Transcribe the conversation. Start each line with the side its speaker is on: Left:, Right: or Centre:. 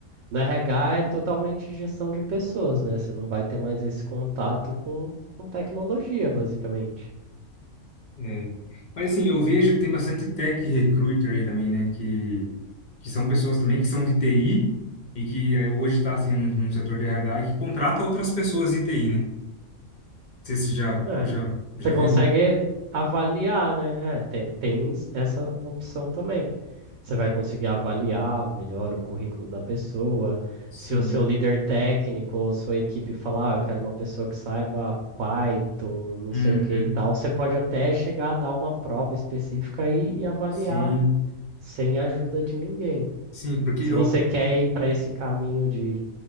Right: No RH é totalmente gestão de pessoas, né? Você não vai ter mais esse contato com, com tecnologia, basicamente.
Left: É. Mas assim, eu vejo que tem bastante tech recruiter aí também, né? Que, que são pessoas também que são de TI e que eh, hoje tá assim num, num setor de RH e que contrata outras pessoas de TI, né? Não sei se já,
Right: É.
Left: já, já
Right: Você
Left: viu.
Right: consegue avaliar, né? É, tem, tem s- essa opção também. Você vai conseguir avaliar melhor o currículo da pessoa.
Left: Sim.
Right: Se o seu líder técnico ou sua equipe falar, ah, eu quero uma pessoa que saiba Python, não
Left: Uhum.
Right: sei o que e tal, você pode até chegar a dar uma prova específica e e avaliar
Left: Sim,
Right: sem ajuda de ninguém.
Left: sim, porque
Right: Se
Left: eu.
Right: você quer ir para esse caminho de